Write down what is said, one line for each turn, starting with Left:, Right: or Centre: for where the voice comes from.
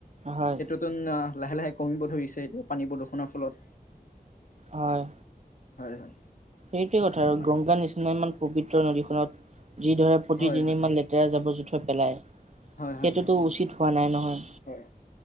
Right: হয়।
Left: নতুন অঁ লাহে লাহে কমিব ধৰিছে এইটো পানী প্ৰদূষণৰ ফলত।
Right: হয়,
Left: হয় হয়
Right: এইটোৱে কথা
Left: হয়
Right: গংগা নিচি- ইমান মান পবিত্ৰ নদীখনত যিদৰে প্ৰতিদিনে
Left: হয় হয় হয়
Right: ইমান লেতেৰা জাৱৰ জোথৰ পেলায়-
Left: হয়
Right: সেইটোতো
Left: হয়
Right: উচিত হোৱা নাই নহয়।
Left: হয়।